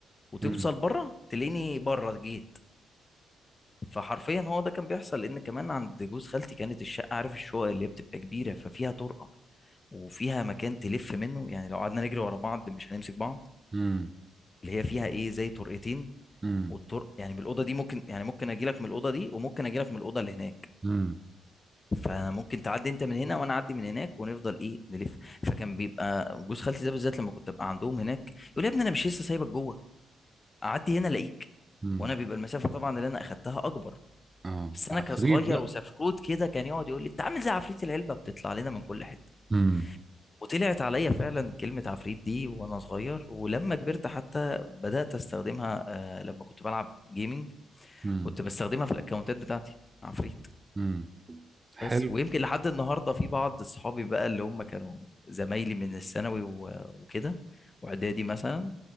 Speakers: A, on the left; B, on the right.
A: وتوصل
B: امم
A: بره تلاقيني بره جيت فحرفيا هو ده كان بيحصل لان كمان عند جوز خالتي كانت الشقه عارف الشقق اللي هي بتبقى كبيره ففيها طرقه وفيها مكان تلف منه يعني لو قعدنا نجري ورا بعض مش هنمسك بعض
B: امم
A: اللي هي فيها ايه زي طرقتين
B: امم
A: والطرق يعني من الاوضه دي ممكن يعني ممكن اجي لك من الاوضه دي وممكن اجي لك من الاوضه اللي هناك
B: امم
A: فممكن تعدي انت من هنا وانا اعدي من هناك ونفضل ايه نلف فكان بيبقى جوز خالتي ده بالذات لما كنت ابقى عندهم هناك يقول لي يا ابني انا مش لسه سايبك جوه اعدي هنا الاقيك
B: امم
A: وانا
B: <laughs>
A: بيبقى المسافه طبعا اللي انا اخدتها اكبر
B: اه
A: بس انا
B: عفريت
A: كصغير
B: بقى
A: وسفروت كده كان يقعد يقول لي انت عامل زي عفريت العلبه بتطلع لنا من كل حته
B: امم
A: وطلعت عليا فعلا كلمه عفريت دي وانا صغير ولما كبرت حتى بدات استخدمها آه لما كنت بلعب جيمنج
B: امم
A: كنت بستخدمها في الاكونتات بتاعتي عفريت
B: امم حلو
A: بس ويمكن لحد النهارده في بعض صحابي بقى اللي هم كانوا زمايلي من الثانوي و- وكده واعدادي مثلا